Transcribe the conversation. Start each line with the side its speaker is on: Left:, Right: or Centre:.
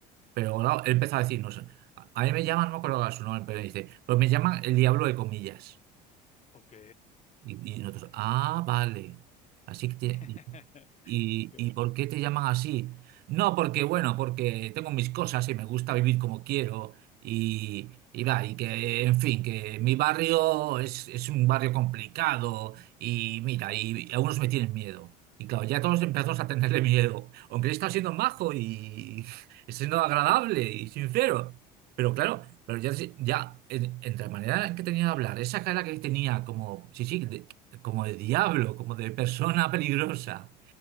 Right: Pero claro, él empezó a decirnos, a a mí me llaman, no me acuerdo ahora su nombre, pero dice, pues me llaman el diablo de comillas.
Left: ok,
Right: Y, y nosotros, ah, vale. Así que tiene-
Left: <laughs>
Right: ¿Y,
Left: ok.
Right: y por qué te llaman así? No, porque bueno, porque tengo mis cosas y me gusta vivir como quiero y, y va, y que, en fin, que mi barrio es, es un barrio complicado y mira, y algunos me tienen miedo. Y claro, ya todos empezamos a tenerle <laughs> miedo, aunque él está siendo majo y, <laughs> y siendo agradable y sincero. Pero claro, pero ya, se- ya en- entre la manera en que tenía de hablar, esa cara que tenía como, sí, sí, de- como de diablo, como de persona peligrosa.